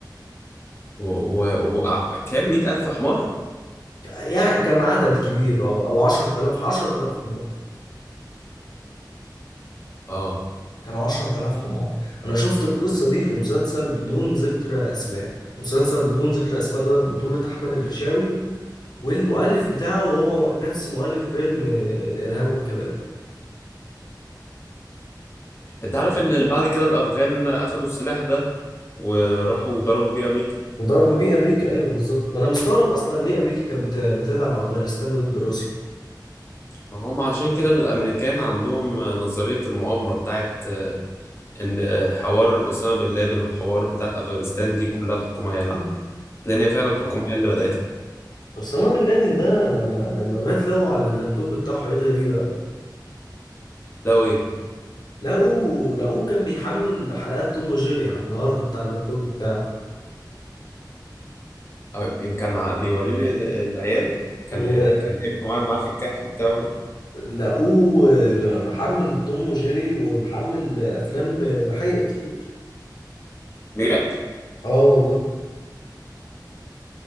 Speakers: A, on the left; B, on the left.
A: وكام و... و... وبقى- كام مئة ألف حمار؟
B: يعني كان عدد كبير أه، أو 10000 10000 حمار
A: اه
B: كانوا 10000 حمار انا شفت القصه دي في مسلسل بدون ذكر اسماء مسلسل بدون ذكر اسماء ده بطوله احمد الفيشاوي والمؤلف بتاعه هو نفس مؤلف فيلم آه، الارهاب والكباب
A: انت عارف ان بعد كده الافغان اخدوا السلاح ده وراحوا ضربوا بيه امريكا
B: مضاربه بيه امريكا ايوه بالظبط ما انا مستغرب اصلا ليه امريكا كانت بت- بتدعم افغانستان ضد روسيا
A: ما هم عشان كده الامريكان عندهم نظرية المؤامرة بتاعت آه، ان حوار اسامة بن لادن والحوار بتاعت افغانستان دي كلها الحكومة هي اللي عاملاها لان هي فعلا الحكومة هي اللي بدأتها
B: اسامه بن لادن ده لما لما مات لقوا على اللابتوب بتاعه حاجات غريبه أوي.
A: لو ايه
B: لقوا لقوه كان بيحمل حلقات توم وجيري على الهارد بتاع اللابتوب بتاعه
A: اه، يمكن ع- بيوري لي ال- عياله كان
B: و...
A: كان ابنه قاعد معاه في الكهف بتاعه ده
B: لقوه محمل توم وجيري ومحمل افلام اباحيه كتير
A: بجد
B: اه والله